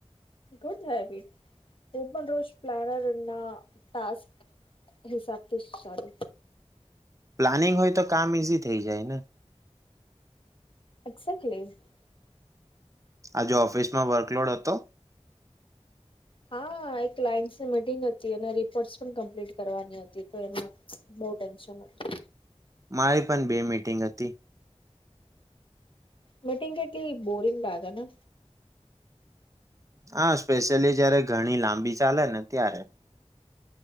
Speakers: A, on the left (about 50°); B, on the right (about 30°).
A: ગુડ હેબિટ, હું પણ રોજ પ્લાનર ના ટ હિસાબથી સારું.
B: પ્લાનિંગ હોય તો કામ ઈઝી થઈ જાય ને.
A: અસર ખલી <unintelligible>
B: આજ ઓફિસમાં વર્કલોડ હતો?
A: હા એક ક્લાયન્ટની મિટિંગ હતી અને રિપોર્ટ પણ કમ્પ્લીટ કરવાની હતી તો એમાં બો ટેન્શન હતું.
B: મારી પણ બે મીટિંગ હતી.
A: મીટિંગ કેટલી બોરિંગ લાગે ને?
B: હા સ્પેશિયલી જયારે ઘણી લાંબી ચાલે ને ત્યારે.